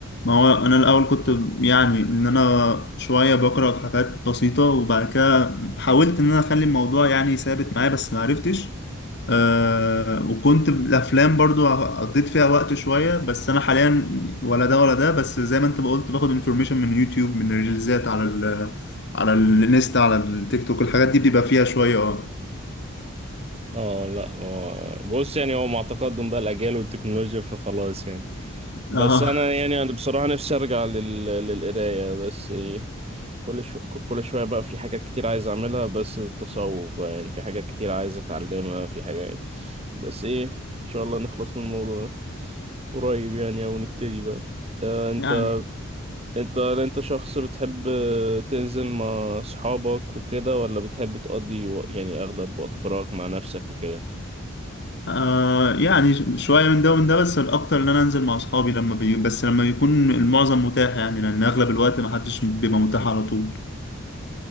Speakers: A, on the left; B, on the right.
A: ما هو انا الاول كنت يعني ان انا شويه بقرا في حاجات بسيطه وبعد كده حاولت ان انا اخلي الموضوع يعني ثابت معايا بس ما عرفتش آه وكنت الافلام برضو قضيت فيها وقت شويه بس انا حاليا ولا ده ولا ده بس زي ما انت ما قلت باخد انفورميشن من يوتيوب من ريلزات على ال على الانستا على التيك توك الحاجات دي بيبقى فيها شويه اه
B: اه لا هو بص يعني هو مع تقدم بقى الاجيال والتكنولوجيا فخلاص يعني بس
A: اه
B: انا يعني انا بصراحه نفسي ارجع لل... للقرايه بس ايه كل شو... كل شويه بقى في حاجات كتير عايز اعملها بس التصوف بقى يعني في حاجات كتير عايز اتعلمها في حاجه يعني بس ايه ان شاء الله نخلص من الموضوع ده قريب يعني او نبتدي بقى آه انت
A: <laughs>
B: انت انت شخص بتحب تنزل مع اصحابك وكده ولا بتحب تقضي و... يعني اغلب وقت فراغك مع نفسك وكده
A: آه يعني شوية من ده ومن ده بس الأكتر إن أنا أنزل مع أصحابي لما بي... بس لما بيكون المعظم متاح يعني لأن أغلب الوقت محدش بيبقى متاح على طول